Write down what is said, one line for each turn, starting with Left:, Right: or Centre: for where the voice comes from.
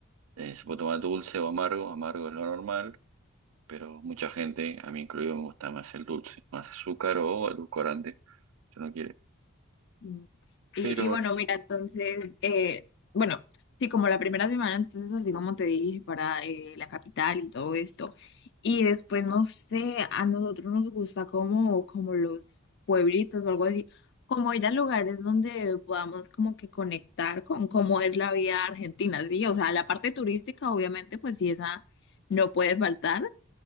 Right: eh, se puede tomar dulce o amargo, amargo es lo normal, pero mucha gente, a mí incluido, me gusta más el dulce, más azúcar o edulcorante, si no quiere.
Left: Mm. Y,
Right: Pero
Left: y bueno, mira, entonces, eh, bueno, sí, como la primera semana, entonces, así como te dije, para eh, la capital y todo esto. Y después, no sé, a nosotros nos gusta como, como los pueblitos o algo así, como ir a lugares donde podamos como que conectar con cómo es la vida argentina, ¿sí? O sea, la parte turística, obviamente, pues sí, esa no puede faltar